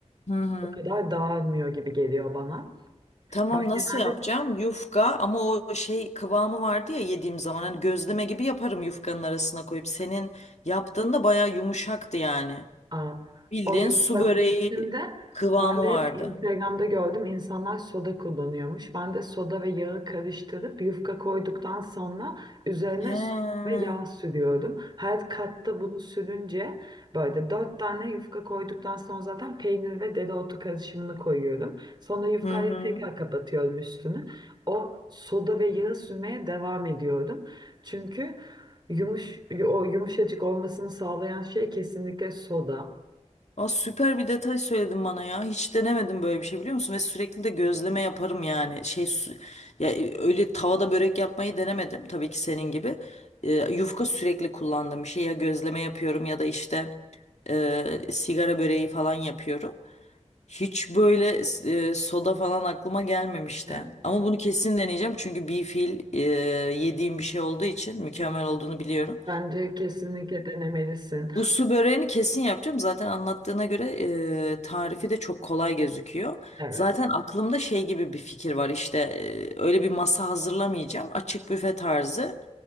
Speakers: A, on the left; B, on the right.
A: Hı hı.
B: o kadar dağılmıyor gibi geliyor bana.
A: Tamam
B: Ben
A: nasıl
B: genelde
A: yapacağım? Yufka ama o şey kıvamı vardı ya yediğim zaman hani gözleme gibi yaparım yufkanın arasına koyup. Senin yaptığında baya yumuşaktı yani.
B: Aa,
A: Bildiğin
B: o yumuşaklık
A: su böreği
B: içinde
A: kıvamı
B: ben de
A: vardı.
B: hep Instagram'da gördüm insanlar soda kullanıyormuş. Ben de soda ve yağı karıştırıp yufka koyduktan sonra üzerine
A: He. Hı
B: süt ve yağ sürüyorum. Her katta bunu sürünce böyle dört tane yufka koyduktan sonra zaten peynir ve dereotu karışımını koyuyorum. Sonra yufkayı
A: hı. hı.
B: tekrar kapatıyorum üstünü. O soda ve yağı sürmeye devam ediyorum. Çünkü yumuş, o yumuşacık olmasını sağlayan şey kesinlikle soda.
A: Aa, süper bir detay söyledin bana ya. Hiç denemedim böyle bir şey biliyor musun? Ve sürekli de gözleme yaparım yani. Şey su, ya e, öyle tavada börek yapmayı denemedim tabii ki senin gibi. E, yufka sürekli kullandığım bir şey ya gözleme yapıyorum ya da işte e, sigara böreği falan yapıyorum. Hiç böyle e, soda falan aklıma gelmemişti.
B: Evet,
A: Ama bunu kesin deneyeceğim çünkü bir fil e, yediğim bir şey olduğu için mükemmel olduğunu biliyorum.
B: bence kesinlikle denemelisin.
A: Bu su böreğini kesin yapacağım. Zaten anlattığına göre e, tarifi de çok kolay gözüküyor.
B: Evet.
A: Zaten aklımda şey gibi bir fikir var. İşte e, öyle bir masa hazırlamayacağım. Açık büfe tarzı.